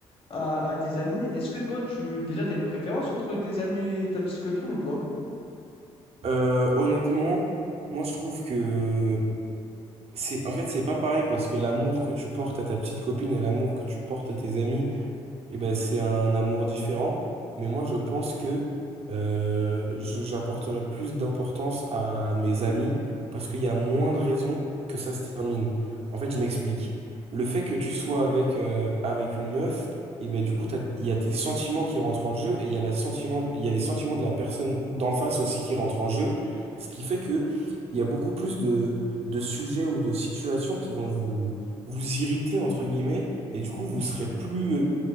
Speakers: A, on the left (about 50°); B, on the right (about 55°).
A: à, à tes amis. Est-ce que toi, tu déjà, tu as une préférence entre tes amis et ta petite copine ou pas?
B: Euh, honnêtement, moi je trouve que c'est en fait c'est pas pareil parce que l'amour que tu portes à ta petite copine et l'amour que tu portes à tes amis eh ben, c'est un amour différent, mais moi je pense que euh, je- j'apporterai plus d'importance à mes amis parce qu'il y a moins de raisons que ça se termine. En fait, je m'explique. Le fait que tu sois avec, euh, avec une meuf, et ben du coup, t'as- il y a tes sentiments qui rentrent en jeu et il y a la sentiment, il y a les sentiments de la personne d'en face aussi qui rentrent en jeu, ce qui fait que il y a beaucoup plus de, de sujets ou de situations qui vont vous, vous irriter, entre guillemets, et du coup, vous serez plus